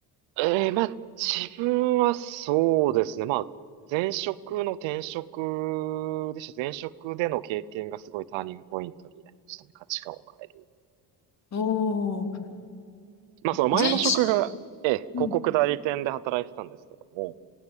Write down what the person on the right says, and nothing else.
ー、えーまあ、自分はそうですね。まあ、前職の転職でした。前職での経験がすごいターニングポイントになりましたね。価値観を変える。
まあ、その前の職が、
えー広告代理店で働いてたんですけども、